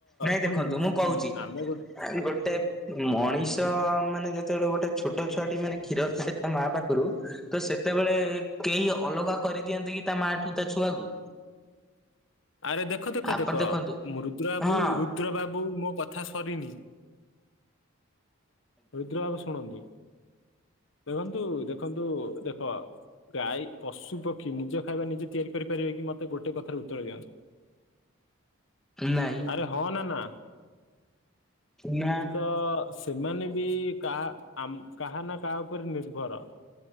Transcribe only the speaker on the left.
ପୁଣି
ଆମେ ଗୋଟେ
ଆରେ ଦେଖ ଦେଖ
ଦେଖ
ମୁ ରୁଦ୍ର ବାବୁ
ରୁଦ ରୁଦ୍ର ବାବୁ ମୋ କଥା ସରିନି। ରୁଦ୍ର ବାବୁ ଶୁଣନ୍ତୁ। ଦେଖନ୍ତୁ ଦେଖନ୍ତୁ ଦେଖ। ଗାଈ ପଶୁ ପକ୍ଷୀ ନିଜ ଖାଇବା ନିଜ ତିଆରି କରିପାରିବେ କି ମତେ ଗୋଟେ କଥାରେ ଉତ୍ତର ଦିଅନ୍ତୁ।
ଆରେ ହଁ ନା ନା।
ତ‌ ସେମାନେ ବି କାହା କାହା ନା କାହା ଉପରେ ନିର୍ଭର।